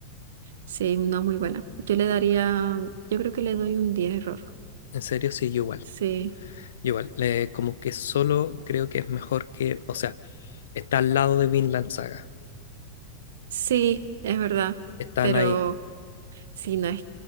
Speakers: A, on the right; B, on the left.
A: Sí, no, muy buena. Yo le daría, yo creo que le doy un diez error.
B: En serio, sí, yo igual.
A: Sí,
B: yo Igual, Eh, como que solo creo que es mejor que, o sea, está al lado de Vinland Saga.
A: sí, es verdad,
B: Están
A: pero
B: ahí.
A: sí, no es,